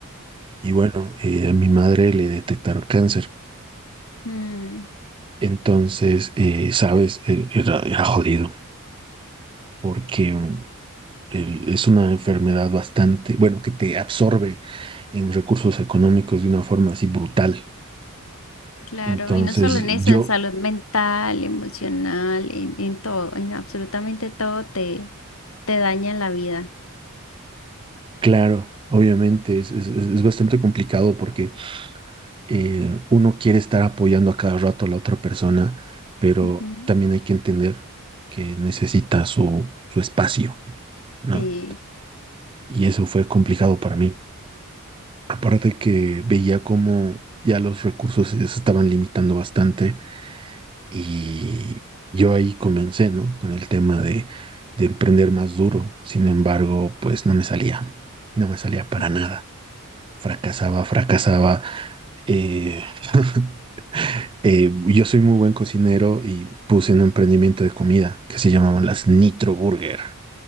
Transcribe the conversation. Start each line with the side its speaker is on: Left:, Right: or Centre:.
Right: Y bueno, eh, a mi madre le detectaron cáncer.
Left: ujú. Mm.
Right: Entonces, eh, sabes, Eh, era, era jodido porque mm, el- es una enfermedad bastante, bueno, que te absorbe en recursos económicos de una forma así brutal.
Left: Claro,
Right: Entonces,
Left: y no solo en eso,
Right: yo,
Left: en salud mental, emocional, en, en todo, en absolutamente todo te, te daña la vida.
Right: claro, obviamente es, es- es- es bastante complicado porque eh, uno quiere estar apoyando a cada rato a la otra persona, pero
Left: Ujú.
Right: también hay que entender que necesita su, su espacio, ¿no?
Left: Sí.
Right: Y eso fue complicado para mí. Aparte que veía cómo ya los recursos se estaban limitando bastante Y yo ahí comencé, ¿no? Con el tema de, de emprender más duro. Sin embargo, pues no me salía, no me salía para
Left: Mm.
Right: nada. Fracasaba, fracasaba. eh, <laughs> eh, yo soy muy buen cocinero y puse un emprendimiento de comida que se llamaban las Nitro Burger.